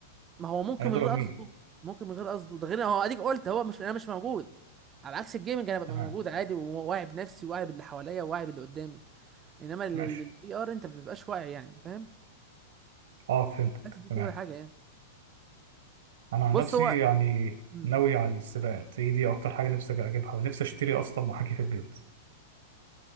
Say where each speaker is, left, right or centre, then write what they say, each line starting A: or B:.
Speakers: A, on the right; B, on the right.
A: ما هو ممكن
B: هيضرب
A: من غير
B: مين
A: قصده ممكن من غير قصده ده غير هو اديك قلت هو مش انا مش موجود على عكس الجيمنج انا ببقى
B: تمام
A: موجود عادي وواعي بنفسي وواعي باللي حواليا وواعي باللي قدامي انما الاي
B: ماشي
A: ار انت ما بتبقاش واعي يعني فاهم
B: أه فهمتك
A: بس دي
B: تمام
A: كده حاجه يعني
B: أنا عن
A: بص
B: نفسي
A: هو
B: يعني
A: مم.
B: ناوي على السباقات هي دي أكتر حاجة نفسي أجيبها ونفسي أشتري أصلا محاكي في البيت